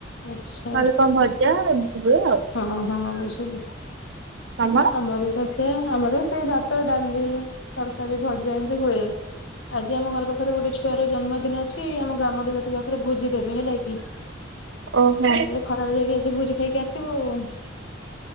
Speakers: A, on the left; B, on the right.
A: ଆଛା
B: ନହେଲେ କଣ ଭଜା ଏମିତି ହୁଏ ଆଉ
A: ହଁ ହଁ ହଁ ବୁଝିଲି।
B: ତମର?
A: ଆମରି ବି ତ ସେମ୍ ଆମର ବି ସେଇ ଭାତ ଡାଲି ତରକାରୀ ଭଜା ଏମିତି ହୁଏ। ଆଜି ଆମ ଘର ପାଖରେ ଗୋଟେ ଛୁଆର ଜନ୍ମଦିନ ଅଛି ଆମ ଗ୍ରାମଦେବତୀ ପାଖରେ ଭୋଜି ଦେବେ ହେଲା କି।
B: ଓହୋ
A: ସେ ଖରାବେଳେ ଯାଇକି ଆଜି ଭୋଜି ଖାଇକି ଆସିବୁ ଆଉ।